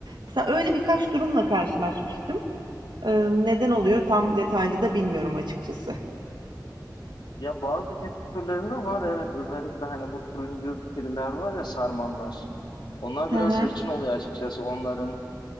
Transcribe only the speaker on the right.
Mesela öyle birkaç durumla karşılaşmıştım. Ee, neden oluyor tam detaylı da bilmiyorum açıkçası.
Hı
hı.